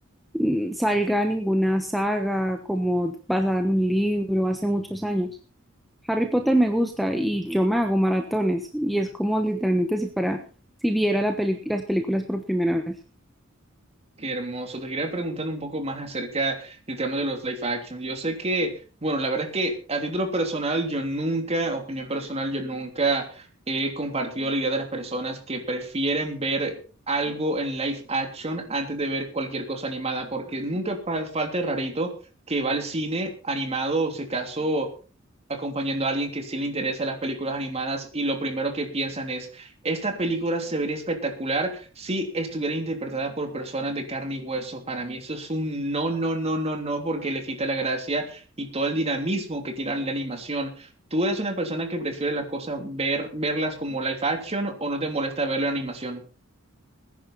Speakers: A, in the centre; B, on the right (about 30°).
A: mm, salga ninguna saga como basada en un libro hace muchos años. Harry Potter me gusta y yo me hago maratones y es como literalmente si fuera, si viera la peli- las películas por primera vez.
B: Qué hermoso. Te quería preguntar un poco más acerca del tema de los live actions. Yo sé que, bueno, la verdad es que a título personal, yo nunca, opinión personal, yo nunca he compartido la idea de las personas que prefieren ver algo en live action antes de ver cualquier cosa animada, porque nunca pa- falta el rarito que va al cine animado, o si acaso acompañando a alguien que sí le interesa las películas animadas y lo primero que piensan es, esta película se vería espectacular si estuviera interpretada por personas de carne y hueso. Para mí eso es un no, no, no, no, no, porque le quita la gracia y todo el dinamismo que tiene la animación. ¿Tú eres una persona que prefiere las cosas, ver, verlas como live action o no te molesta verlo en animación?